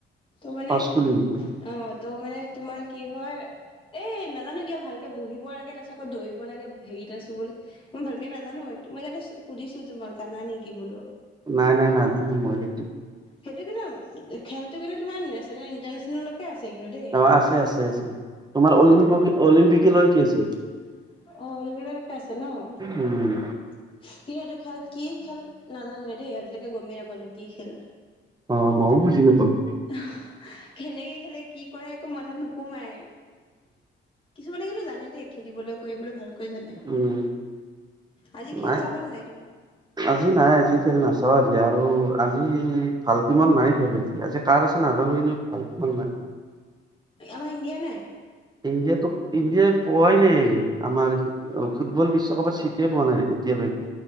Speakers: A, on the left; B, on the right.
A: ত মানে
B: পাঁচকলিংটো
A: অঁ ত মানে তোমাৰ কি হয় এই নেজানো কিয়া ভালকে বহিব লাগে তাৰপাছত আকৌ দৌৰিব লাগে হেৰি এটা চুবলে মই ভালকে নেজানো এইটো মই জানে সুধিছো তোমাক জানা নেকি বোলো
B: নাই নাই নাজানো মই সেইটো
A: সেইটো কিন্তু খেলটো কিন্তু তোমাৰ নেচনেল ইণ্টাৰনেচনেল লকে আছে কিন্তু দেই।
B: অ আছে আছে আছে তোমাৰ অলিম্প
A: <inaudible>
B: উম
A: কিন্তু এইটো খেল কি খেল নাজানোৱে দেই আজিলৈকে গমেই নাপালো কি খেল
B: অ মইও বুজি নাপাওঁ সেইটো
A: আহ কেনেকে খেলে কি কৰে একো মাঠাত নো নোসোমায়ে কিছুমানে কিন্তু জানে দেই খেলিবলৈ কৰিবলৈ ভালকৈ জানে
B: উম
A: আজি খেল
B: নাই
A: চাবা তুমি
B: আজি নাই আজি খেল নাচাও আজি আৰু ত আজি ভাল কিমান নাই খেল আজি, আজি কাৰ আছে নাজানো কিন্তু ভাল কিমান নাই
A: আমাৰ ইণ্ডিয়া নাই
B: ইণ্ডিয়াটো ইণ্ডিয়ে পোৱাই নাই আমাৰ অ ফুটবল বিশ্বকাপৰ চিটে পোৱা নাই এতিয়ালৈকে